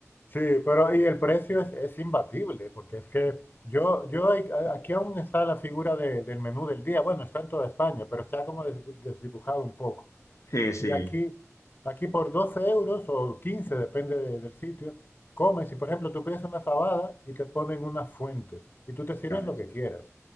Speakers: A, on the left; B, on the left.
A: Sí, pero y el precio es, es imbatible, porque es que yo, yo hay- a- aquí aún está la figura de- del menú del día. Bueno, está en toda España, pero está como des- desdibujado un poco.
B: Sí, sí,
A: Y aquí, aquí por 12 euros o 15, depende de- del sitio, comes y por ejemplo tú pides una fabada y te ponen una fuente y tú te sirves
B: ya ves,
A: lo que quieras.